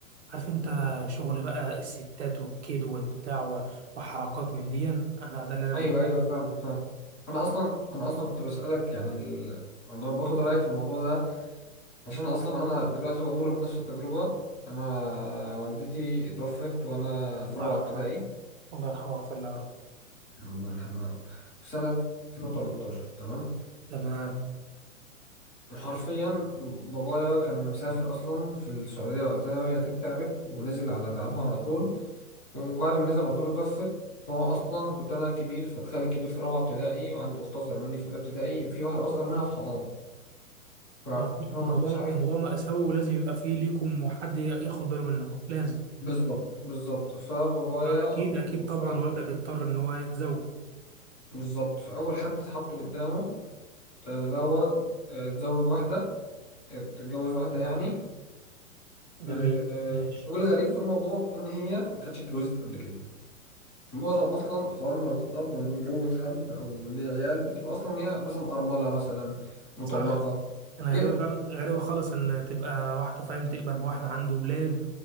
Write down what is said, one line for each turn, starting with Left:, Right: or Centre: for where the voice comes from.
Right: عارف انت شغل بقى الستات والكيد والبتاع و- وحركات من دي انا ده اللي انا
Left: ايوه
Right: بشوفه
Left: ايوه فاهم فاهم انا اصلا انا اصلا كنت بسالك يعني ال... أنا باخد رايك في الموضوع ده عشان اصلا انا دلوقتي بمر بنفس التجربه انا والدتي توفت وانا في
Right: الله
Left: رابعه
Right: يرحمه
Left: ابتدائي
Right: يا رب الله يرحمه ويغفر له يا رب
Left: الله يرحمها يا رب في سنه 2013 تمام
Right: تمام
Left: وحرفيا بابايا كان مسافر اصلا في السعوديه وقتها وهي كانت تعبت ونزل على تعبها على طول وبعد ما نزل على طول اتوفت فهو اصلا كنت انا الكبير فتخيل الكبير في رابعه ابتدائي وعنده اخت اصغر مني في اولى ابتدائي وفي واحد اصغر منها في حضانه فهو
Right: موضوع موضوع
Left: ما كانش عارف
Right: موضوع مأساوي ولازم يبقى فيه ليكم وحد ياخد باله منكم لازم
Left: بالظبط بالظبط فبابايا
Right: فأكيد أكيد
Left: حرفيا
Right: طبعا والدك اضطر إن هو يتزوج
Left: بالظبط فأول حد اتحط قدامه تزوج آه، تزوج واحدة آه، تتجوز واحدة يعني
Right: جميل
Left: آه،
Right: ماشي
Left: والغريب في الموضوع إن هي ما كانتش اتجوزت قبل كده معظم أصلا حوار مرات الأب إنه يتجوز حد أو ليه عيال بتبقى أصلا هي مثلا أرملة مثلا مطلقة
Right: صح انا
Left: كده
Right: غريبه فعلا غريبه خالص ان تبقى واحده فاهم تقبل بواحد عنده ولاد